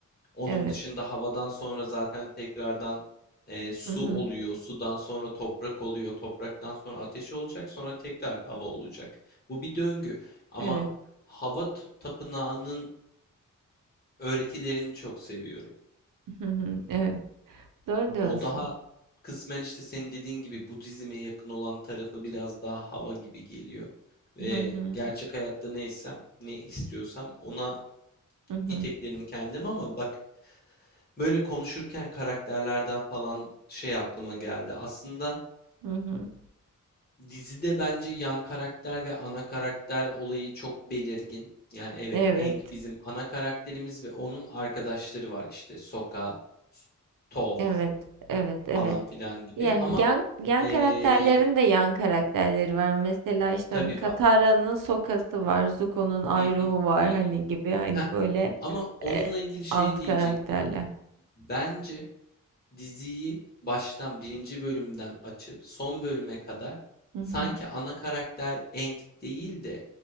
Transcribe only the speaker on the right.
Evet.
Hı hı.
Evet.
Hı hı. Evet. Doğru
diyorsun.
Hı hı.
Hı hı.
Hı hı.
Evet.
Evet, evet, evet.
Yani
yan, yan
karakterlerin de yan karakterleri var. Mesela işte
hani Katara'nın
Soka'sı var, Zuko'nun
Iroh'u
var
hani
gibi hani
böyle
e,
alt
karakterler.
Hı hı,